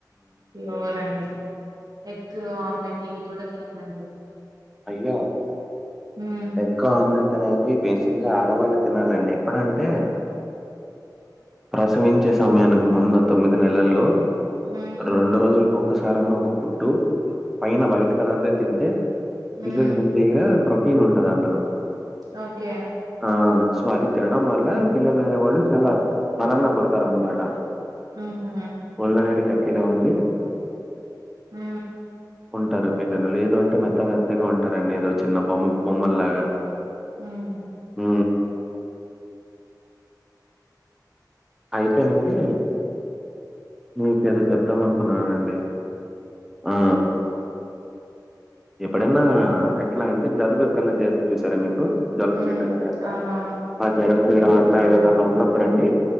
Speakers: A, on the right (about 60°); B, in the centre.
A: ప్యూరండి ఎగ్ ఆమ్లెట్ ఇవి కూడ తినకండి
B: అయ్యో
A: మ్మ్
B: ఎ క్కువ ఆమ్లెట్ అనేవి బేసిగ్గ ఆడవాళ్ళు తినాలండి ఎప్పుడంటే ప్రసవించే సమయానికి ముందు తొమ్మిది నెలల్లో
A: ఉమ్
B: రెండు రోజులకు ఒక్కసారన్నా ఒక గుడ్డు పైన వైట్ కలర్ దే తింటే
A: మ్మ్
B: పిల్లలు హెల్దీగా ప్రోటీన్ ఉంటది అందులో
A: అ ఓకె
B: ఆ సో అది తినడం వల్ల పిల్లలు అనె వాళ్ళు చాలా బలంగా పుడుతారు అనమాట
A: ఆహ
B: ఒళ్లు అనేది గట్టిగా ఉండి
A: ఉ
B: ంటారు పిల్లలు లేదు అంటే మెత్త మెత్తగ ఉంటారండి ఏదో చిన్న బొమ్మ బొమ్మల్లాగా
A: ఊహు
B: మ్ అయితే నండి మీకు ఏదో చెప్దాం అనుకున్నానండి ఆ ఎప్పుడన్నా ఎట్ల అంటే జలుబు ఎప్పుడైనా చేస్తే చూసారా మీకు జలుబు
A: మ్మ్
B: చేయడం కాని అట్ల
A: అవునవును
B: ఆ జలుబు చేయడం అట్లా ఏదన్నా ఉన్నప్పుడు అండి